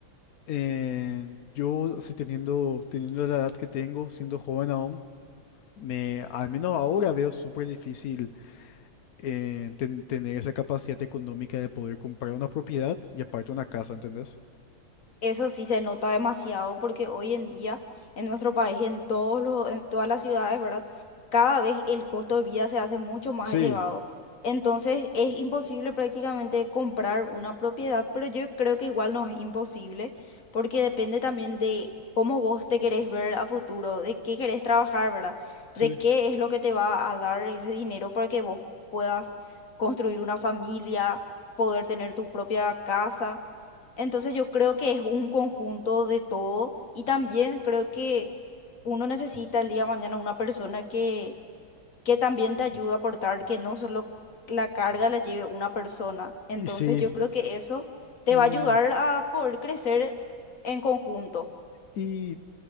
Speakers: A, on the left (about 75°); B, on the left (about 40°).
A: eh, yo, si teniendo, teniendo la edad que tengo, siendo joven aún, me, al menos ahora veo súper difícil eh, ten- tener esa capacidad económica de poder comprar una propiedad y aparte una casa, ¿entendés?
B: Eso sí se nota demasiado porque hoy en día en nuestro país, en todos los, en todas las ciudades, ¿verdad? Cada vez el costo de vida se hace mucho más
A: Sí,
B: elevado. Entonces es imposible prácticamente comprar una propiedad, pero yo creo que igual no es imposible porque depende también de cómo vos te querés ver a futuro, de qué querés trabajar, ¿verdad?
A: sí.
B: De qué es lo que te va a dar ese dinero para que vos puedas construir una familia, poder tener tu propia casa. Entonces yo creo que es un conjunto de todo y también creo que uno necesita el día de mañana una persona que, que también te ayude a aportar, que no solo la carga la lleve una persona. Entonces
A: Y sí,
B: yo creo que eso te
A: y,
B: va a ayudar a poder crecer en conjunto.
A: y